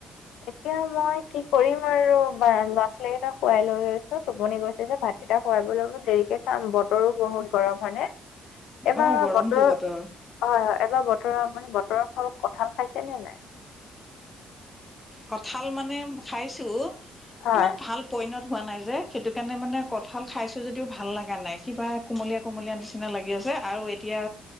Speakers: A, on the left; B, on the left.
A: এতিয়া মই কি কৰিম আৰু, বা ল'ৰা ছোৱালী কেইটা সোৱাই লৈ লৈছো, টোপনি গৈছে যে ভাত এতিয়া খোৱাই বৈ ল'লোঁ দেৰিকে খাম, বতৰো বহুত গৰম হয়নে। এবাৰ
B: অ গৰমটো
A: বতৰৰ,
B: বতৰ
A: হয়, হয়, এবাৰ বতৰৰ, আপুনি বতৰৰ ফল কঁঠাল খাইছে নে নাই?
B: কঁঠাল মানে খাইছো,
A: হয়
B: ইমান ভাল পৈণত হোৱা নাই যে, সেইটোকাৰণে, মানে কঁঠাল খাইছোঁ যদিও, ভাল লগা নাই, কিবা কুমলীয়া কুমলীয়া নিচিনা লাগি আছে, আৰু এতিয়া